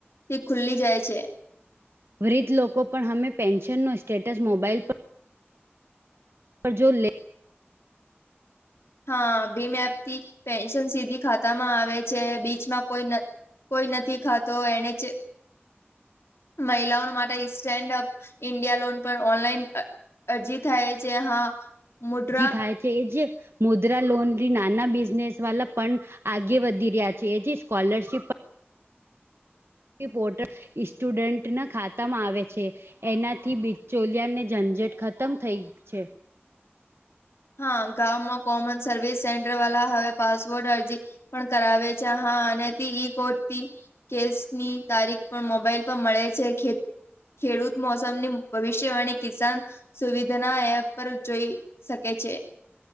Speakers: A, on the left; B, on the right.
A: થી ખુલ્લી જાય છે.
B: વૃદ્ધ લોકો પણ અમે પેન્શન નુ સ્ટેટસ મોબાઈલ પર પર જો લે
A: હા ભીમ એપ થી પેન્શન સીધી ખાતા માં આવે છે બીચમાં કોઈ ન કોઈ નથી ખાતો એને જ મહિલાઓનો માટે સ્ટેન્ડઅપ ઇન્ડિયા લોન પણ ઓનલાઈન અ અરજી થાય છે હા. મુદ્રા
B: થાય છે એજ મુદ્રા લોન નાના બિઝનેસ વાલા પણ આગે વધી રહ્યા છે એ સ્કોલરશીપ પણ પોર્ટલ સ્ટુડન્ટના ખાતામાં આવે છે. એનાથી બિચોલિયાને ઝંઝટ ખતમ થઈ છે.
A: હા ગામમાં કોમન સર્વિસ સેન્ટર વાળા હવે પાસપોર્ટ અરજી પણ કરાવે છે હા અને તે ઈ કોટથી કેસની તારીખ પણ મોબાઈલ પર મળે છે ખે ખેડૂત મોસમની ભવિષ્યવાણી કિસાન સુવિધાના એપ પર જોઈ શકે છે.